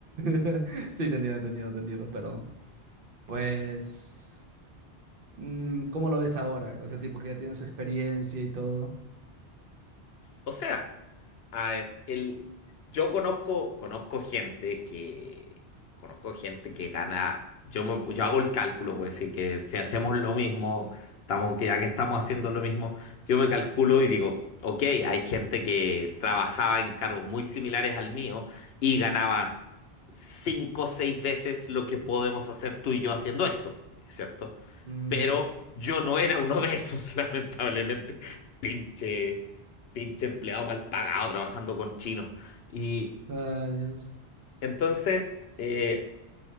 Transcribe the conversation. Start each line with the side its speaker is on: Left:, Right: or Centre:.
Right: te entiendo, te entiendo, te entiendo, pero pues, mm, ¿cómo lo ves ahora? O sea, tipo que ya tienes experiencia y todo.
Left: O sea, a ver, el, yo conozco, conozco gente que, conozco gente que gana, yo, me- yo hago el cálculo, pues sí, que si hacemos lo mismo, estamos, que ya que estamos haciendo lo mismo, yo me calculo y digo, ok, hay gente que trabajaba en cargos muy similares al mío y ganaba cinco o seis veces lo que podemos hacer tú y yo haciendo esto, ¿cierto?
Right: Mm,
Left: Pero yo no era uno de esos, <laughs> lamentablemente. Pinche pinche empleado mal pagado trabajando con chinos. Y
Right: ay, Dios.
Left: entonces, eh,